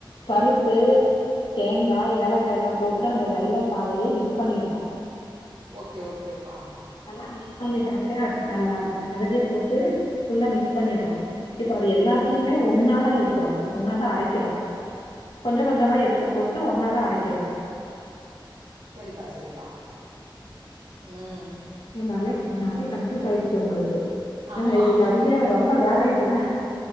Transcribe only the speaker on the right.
ஓகே ஓகேப்பா
சேரிப்பா சேரிப்பா ம்
ஆமா